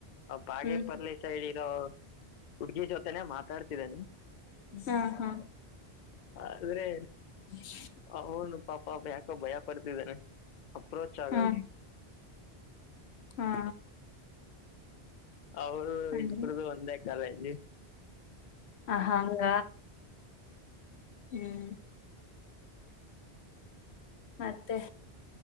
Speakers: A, on the left; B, on the left.
A: ಬಾಗೇಪಲ್ಲಿ
B: ಹ್ಮ್
A: ಸೈಡ್ ಇರೋ.. ಹುಡ್ಗಿ ಜೊತೆನೆ ಮಾತಾಡುತೈದನೆ....
B: ಹಾ ಹಾ
A: ಆದ್ರೆ
B: ಹ
A: ಹೌನು ಪಾಪ ಯಾಕೋ ಭಯ ಪಡ್ತಿದ್ದನೆ ಅಪ್ರೋಚ್ ಆಗದು
B: ಹಾ ಹಾ
A: ಅವರು
B: ಹಂಗ
A: ಇಬ್ಬರದೂ ಒಂದೇ ಕಾಲೇಜ್
B: ಹ ಹಂಗ ಹ್ಮ್ ಮತ್ತೆ